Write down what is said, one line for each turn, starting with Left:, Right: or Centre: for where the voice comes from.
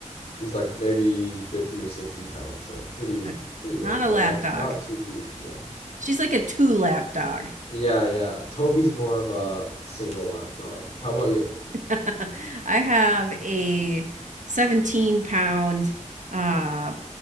Left: She's like maybe 50 or 60 pounds, so pretty
Right: Uh,
Left: pretty big,
Right: Not a
Left: but
Right: lap
Left: not
Right: dog.
Left: not too huge, yeah.
Right: She's like a two lap dog.
Left: Yeah, yeah. Toby's more of a single lap dog. How about you?
Right: <laughs> I have a 17 pound uh